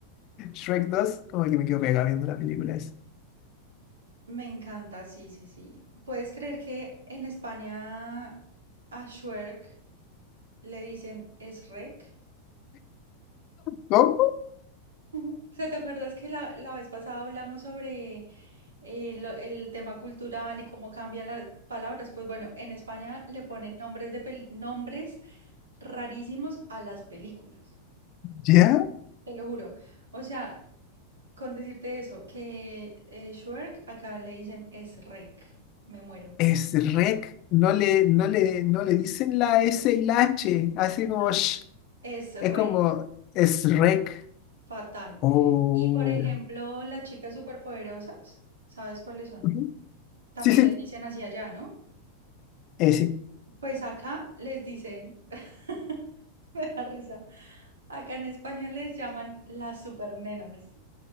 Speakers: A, on the left; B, on the right.
A: Shrek dos, como que me quedo pegado viendo la película esa.
B: Me encanta, sí, sí, sí. ¿Puedes creer que en España a Shrek le dicen Shrek?
A: ¿Cómo?
B: O sea, ¿te acuerdas que la, la vez pasada hablamos sobre eh, lo- el tema cultural y cómo cambian las palabras? Pues bueno, en España le ponen nombres de pel- nombres rarísimos a las películas.
A: ¿Ya?
B: Te lo juro. O sea, con decirte eso, que eh, Shrek, acá le dicen es rec. Me muero.
A: Es Shrek, no le, no le, no le dicen la
B: Me muero.
A: S y la H, así
B: No,
A: como sh,
B: es
A: es
B: rec.
A: como es Shrek.
B: Fatal.
A: Oh.
B: Y por ejemplo, las chicas superpoderosas, ¿sabes cuáles son?
A: Ujú.
B: También
A: Sí, sí,
B: les dicen así allá, ¿no?
A: eh, sí.
B: Pues acá les dicen, <laughs> me da risa, acá en España les llaman las supernenas.